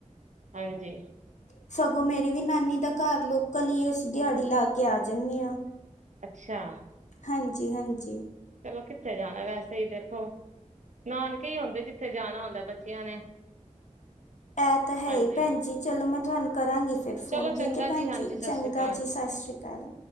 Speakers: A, on the right; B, on the left.
A: ਹਾਂਜੀ
B: ਸਗੋਂ ਮੇਰੀ ਵੀ ਨਾਨੀ ਦਾ ਘਰ ਲੋਕਲ ਹੀ ਅਸੀਂ ਦਿਹਾੜੀ ਲਾ ਕੇ ਆ ਜਾਂਦੇ ਹਾਂ
A: ਅੱਛਾ
B: ਹਾਂਜੀ ਹਾਂਜੀ
A: ਚਲੋ ਕਿੱਥੇ ਜਾਣਾ ਵੈਸੇ ਹੀ ਦੇਖੋ ਨਾਨਕੇ ਹੀ ਆਉਂਦੇ ਜਿੱਥੇ ਜਾਣਾ ਆਉਂਦਾ ਬੱਚਿਆਂ ਨੇ
B: ਇਹ ਤਾਂ ਹੈ
A: ਹਾਂਜੀ
B: ਹੀ ਭੈਣ ਜੀ ਚਲੋ ਮੈਂ ਤੁਹਾਨੂੰ ਕਰਾਂਗੀ ਫਿਰ ਫੋਨ
A: ਚਲੋ
B: ਠੀਕ
A: ਚੰਗਾ
B: ਹੈ ਭੈਣ
A: ਹਾਂਜੀ
B: ਜੀ
A: ਸਤਿ
B: ਚੰਗਾ
A: ਸ੍ਰੀ ਅਕਾਲ
B: ਜੀ ਸਤਿ ਸ਼੍ਰੀ ਅਕਾਲ